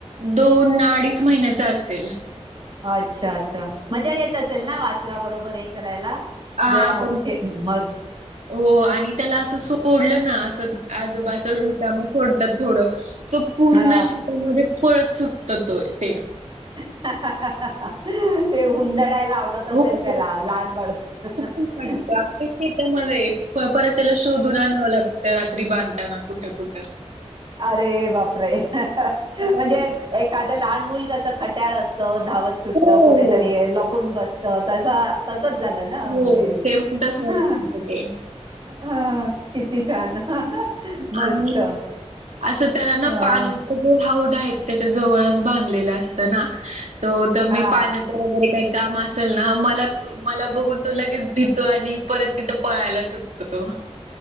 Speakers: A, on the right (about 90°); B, on the right (about 45°).
A: दोनं अडीचं महिन्याचा असेल!
B: अच्छा! अच्छा! मजा येत असेल नां वासरा बरोबरं हेअ करायला.
A: हा
B: जरा मग
A: पण
B: खे मस्त
A: हो आणि त्याला असं सोडलं ना. असंअअ. आजोबा तयाला रानात सोडतात थोडं स पूर्ण
B: हा
A: शेतामध्ये पळत सुटते तअ तो ए
B: <unintelligible> ते हुंदडायला आवडत असेल?
A: हो खूप
B: त्याला लहान बाळ <unintelligible>
A: वाटत आपल्या शेतामध्ये प परत त्याला शोधून आनावं लागतं रात्री बांधतांना कुठं? कुठं?
B: अरे! बापरे हहह
A: त्याला
B: म्हणजे?
A: हो
B: एखादं लहान मुूल कसं खट्याळ असतं. तोअ धावत सुटत
A: हो
B: कुठेतरी लपून बसतो. त्या तेच झालनां
A: हो
B: म्हणजे
A: सेम तस करत
B: ह
A: ते
B: ह कीतीक. छान! हअअ मस्त!
A: आणि असं त्याला ना
B: हो,
A: पाण्याचा हौंद आहे. त्याच्या जवळच बांधलेला असतंताना. त तर
B: हां.
A: मी, पाण्या वगैरे काही. काम असेल नां मला मला बघून तो लगेच भितो. आणि परत तिथं पळायला सुटतो. <inaudible>